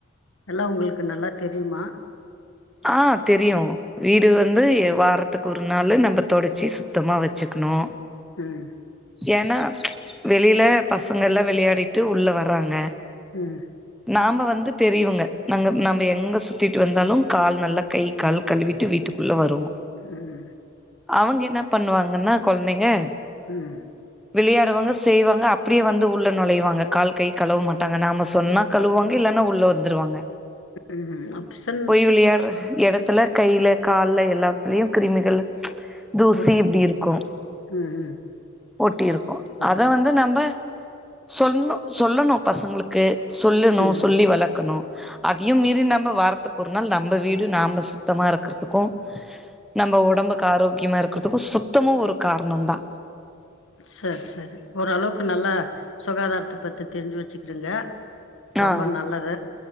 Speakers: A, on the left; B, in the centre.
A: எல்லா உங்களுக்கு நல்லா தெரியுமா?
B: ஆ தெரியு வீடு வந்து வாரத்துக்கு ஒரு நாளு நம்ப தொடச்சு சுத்தமா வச்சுக்னு
A: ம்
B: ஏனா வெளில பசங்கள்லா வெளயாடிட்டு உள்ள வராங்க
A: ம்
B: நாம வந்து பெரியவுங்க நாங்க நம்ப எங்க சுத்திட்டு வந்தாலு கால் நல்லா கை கால் கழுவிட்டு வீட்டுக்குள்ள வருவோ
A: ம் ம்
B: அவுங்க என்ன பண்ணுவாங்கன்னா கொழந்தைங்க
A: ம்
B: விளையாடுவாங்க செய்வாங்க அப்டியே வந்து உள்ள நொழைவாங்க கால் கை கழுவ மாட்டாங்க நாம சொன்னா கழுவுவாங்க இல்லன்னா உள்ள வந்துருவாங்க
A: ம் ஹும் அப்சன்
B: விளையாட்ற எடத்துல கைல கால்ல எல்லாத்துலயு கிருமிகள் தூசி
A: ஓகே.
B: இப்டி இருக்கு
A: ஆ ம் ம்
B: ஒட்டி இருக்கு
A: வரும்
B: அத வந்து நம்ம சொல்ல சொல்லணு பசங்களுக்கு சொல்லணு
A: ம்
B: சொல்லி வளக்கணு. அதையு மீறி நம்ம வாரத்து க்கு ஒரு நாள் நம்ப வீடு நாம சுத்தமா இருக்கிறதுக்கு நம்ம ஒடம்புக்கு ஆரோக்கியமா இருக்கிறதுக்கு சுத்தமு ஒரு காரணோந்தா.
A: சேரி சேரி ஓரளவுக்கு நல்லா சுகாதாரத்த பத்தி தெரிஞ்சு வச்சுக்கிடுங்க ரொம்ப
B: ஆ ஆ
A: நல்லது.